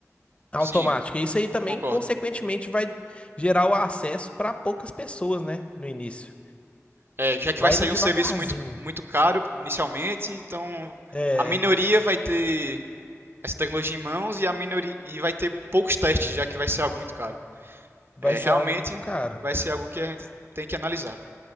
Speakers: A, on the left; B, on the right.
A: automática.
B: sim,
A: Isso aí também,
B: concordo.
A: consequentemente, vai gerar o acesso para poucas pessoas, né? No início.
B: É, já que
A: Vai
B: vai sair
A: indo devagarzinho.
B: um serviço muito, muito caro inicialmente, então
A: É,
B: a minoria vai ter essa tecnologia em mãos e a minoria e vai ter poucos testes, já que vai ser algo muito caro.
A: vai
B: É, realmente
A: ser algo muito caro.
B: vai ser algo que a gente tem que analisar.